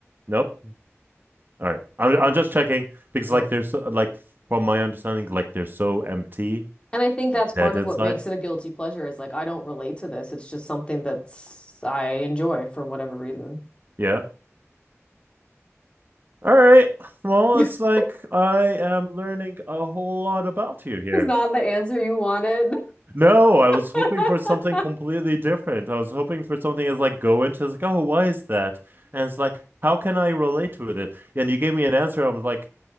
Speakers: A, on the right (about 45°); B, on the left (about 20°).
A: Nope. All right, I'm I'm just checking because
B: Nope.
A: like there's so, like from my understanding, like they're so empty,
B: And I think that's part
A: dead
B: of
A: inside.
B: what makes it a guilty pleasure is like I don't relate to this. It's just something that's I enjoy for whatever reason.
A: Yeah. All right. Well,
B: <laughs>
A: it's like I am learning a whole lot about you here.
B: It's not the answer you wanted.
A: No, I was hoping
B: <laughs>
A: for something completely different. I was hoping for something that's like go into it's like, oh, why is that? And it's like, how can I relate with it? And you gave me an answer. I'm like,